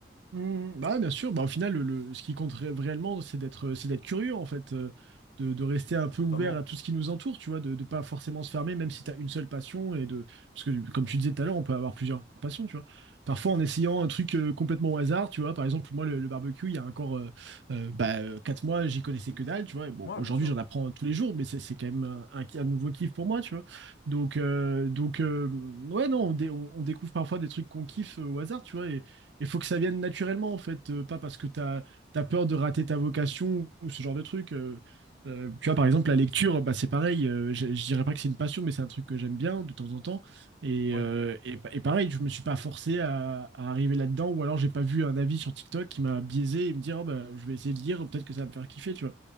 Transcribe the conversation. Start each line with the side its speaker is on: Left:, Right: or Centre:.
Right: Mm, bah, bien sûr, bah, au final, le, le- ce qui compte ré- réellement, c'est d'être, c'est d'être curieux, en fait, euh, de, de rester un peu
Left: Totalement.
Right: ouvert à tout ce qui nous entoure, tu vois, de ne pas forcément se fermer, même si tu as une seule passion, et de, parce que, comme tu disais tout à l'heure, on peut avoir plusieurs passions, tu vois. Parfois, en essayant un truc euh, complètement au hasard, tu vois, par exemple, moi, le, le barbecue, il y a encore euh, euh, bah, euh, quatre mois, j'y connaissais que dalle, tu vois, et bon,
Left: Ouais,
Right: aujourd'hui,
Left: bien sûr.
Right: j'en apprends tous les jours, mais c'est c'est quand même un, un- un nouveau kiff pour moi, tu vois. Donc, euh, donc euh, ouais, non, on, dé- on- on découvre parfois des trucs qu'on kiffe euh, au hasard, tu vois, et il faut que ça vienne naturellement, en fait, euh, pas parce que tu as, peur de rater ta vocation ou ce genre de truc. euh. Euh, tu vois, par exemple, la lecture, bah, c'est pareil. euh, je, je dirais pas que c'est une passion, mais c'est un truc que j'aime bien de temps en temps. Et,
Left: Ouais,
Right: euh, et, pa- et pareil, je me suis pas forcé à, à arriver là-dedans, ou alors j'ai pas vu un avis sur TikTok qui m'a biaisé et me dire, Oh, bah, je vais essayer de lire, peut-être que ça va me faire kiffer, tu vois.